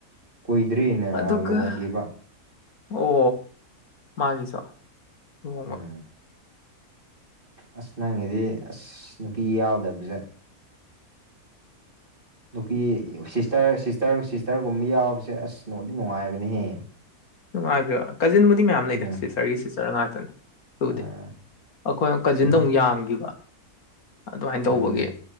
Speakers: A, on the right; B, on the left.
A: ꯀꯨꯏꯗ꯭ꯔꯤꯅ
B: ꯑꯗꯨꯒ
A: ꯂꯨꯍꯣꯡꯈꯤꯕ
B: ꯑꯣ ꯃꯥꯒꯤꯁꯨꯣ <unintelligible>
A: ꯎꯝ ꯑꯁ ꯅꯪꯒꯤꯗꯤ ꯑꯁ ꯅꯨꯄꯤ ꯌꯥꯎꯗꯕꯁꯦ ꯅꯨꯄꯤ ꯁꯤꯁꯇꯔ ꯁꯤꯁꯇꯔ ꯁꯤꯁꯇꯔꯒꯨꯝꯕ ꯌꯥꯎꯕꯁꯦ ꯑꯁ ꯅꯗꯤ ꯅꯨꯡꯉꯥꯏꯕꯅꯦꯍꯦ
B: ꯅꯨꯡꯉꯥꯏꯇ ꯀꯥꯖꯤꯟꯕꯨꯗꯤ ꯃꯌꯥꯝ
A: ꯎꯝ
B: ꯂꯩꯗ ꯁꯤꯁꯇꯔꯒꯤ ꯁꯤꯁꯇꯔ ꯉꯥꯛꯇꯅꯦ ꯗꯨꯗꯤ
A: ꯑꯥ
B: ꯑꯩꯈꯣꯏ ꯀꯥꯖꯤꯟꯗ
A: ꯐꯩ
B: ꯃꯨꯛ ꯌꯥꯝꯈꯤꯕ ꯑꯗꯨꯃꯥꯏꯅ
A: ꯎꯝ
B: ꯇꯧꯕꯒꯤ